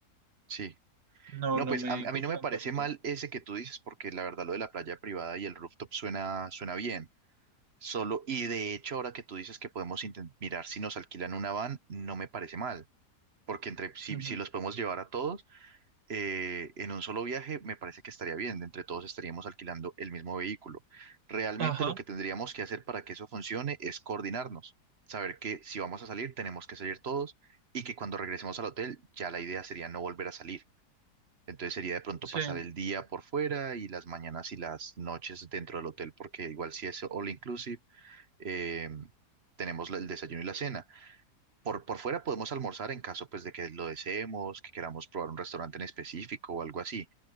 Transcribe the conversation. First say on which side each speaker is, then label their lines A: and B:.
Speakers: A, on the right; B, on the right.
A: sí.
B: No,
A: No,
B: no
A: pues
B: me
A: a, a
B: gustan
A: mí no me parece
B: tanto.
A: mal ese que tú dices, porque la verdad lo de la playa privada y el rooftop suena, suena bien. Solo, y de hecho ahora que tú dices que podemos inten- mirar si nos alquilan una van, no me parece mal, porque entre, si,
B: Ujú.
A: si los podemos llevar a todos eh, en un solo viaje, me parece que estaría bien. Entre todos estaríamos alquilando el mismo vehículo. Realmente
B: Ajá,
A: lo que tendríamos que hacer para que eso funcione es coordinarnos, saber que si vamos a salir, tenemos que salir todos y que cuando regresemos al hotel, ya la idea sería no volver a salir. Entonces sería de pronto
B: sí,
A: pasar el día por fuera y las mañanas y las noches dentro del hotel, porque igual si es all inclusive, eh, tenemos la- el desayuno y la cena. Por, por fuera podemos almorzar en caso pues de que lo deseemos, que queramos probar un restaurante en específico o algo así,